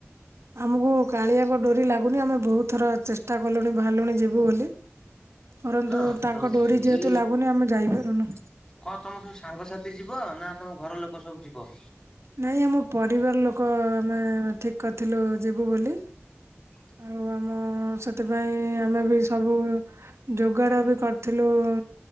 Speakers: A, on the right; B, on the left.
A: ଆମୁକୁ କାଳିଆଙ୍କ ଡୋରି ଲାଗୁନି ଆମେ ବହୁତ୍ ଥର ଚେଷ୍ଟା କଲୁଣି ବାହାରିଲୁଣି ଯିବୁ ବୋଲି। ପରନ୍ତୁ
B: ହଁ
A: ତାଙ୍କ
B: ତ
A: ଡୋରି
B: ପୁରୀ
A: ଯେହେତୁ ଲାଗୁନି ଆମେ ଯାଇପାରୁନୁ।
B: କଣ ତମ ସବୁ ସାଙ୍ଗସାଥି ଯିବ ନାଁ ତମ ଘର ଲୋକ ସବୁ ଯିବ?
A: ନାଇଁ ଆମ ପରିବାର ଲୋକ ଆମେ ଠିକ୍ କରିଥିଲୁ ଯିବୁ ବୋଲି।
B: <inaudible>
A: ଆଉ ଆମ ସେଥିପାଇଁ ଆମେ ବି ସବୁ ଯୋଗାଡ ବି କରିଥିଲୁ ଉଁ